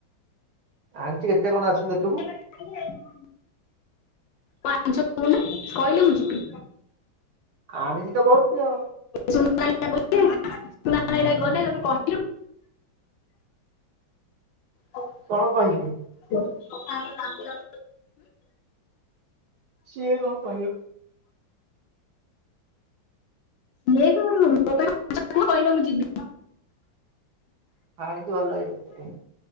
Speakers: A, on the right; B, on the left.
A: ଆଣିଚି କେତେ କଣ ଆସୁନୁ ଦେଖିବୁ।
B: <unintelligible> କଞ୍ଚ କ ନା <inaudible> କହିଲେ ମୁଁ ଯିବି।
A: ଆଣିଚି ତ କହୁଛି ଆଉ।
B: ସୁ ଗଲେ ତମେ କହ। <inaudible> ହ। <inaudible>
A: କଣ କହିଲେ?
B: କଥାମ। <inaudible>
A: ସିଏ କଁ କହିବ।
B: ମ କହ ମୁଁ ଜ। <inaudible>
A: ଆାଣିଚୁ ଭଲ ହେଇନି <inaudible> ସେଠ।